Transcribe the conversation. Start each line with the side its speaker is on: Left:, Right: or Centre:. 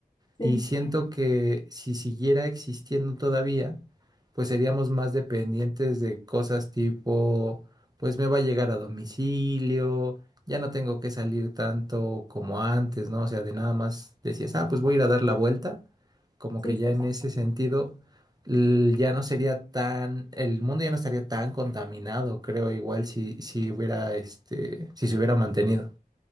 Left: Sí,
Right: Y siento que si siguiera existiendo todavía, pues seríamos más dependientes de cosas tipo, pues me va a llegar a domicilio, ya no tengo que salir tanto como antes, ¿no? O sea, de nada más decías, ah, pues voy a ir a dar la vuelta, como que
Left: sí, sí.
Right: ya en ese sentido l- ya no sería tan, el mundo ya no estaría tan contaminado, creo, igual si, si hubiera, este, si se hubiera mantenido.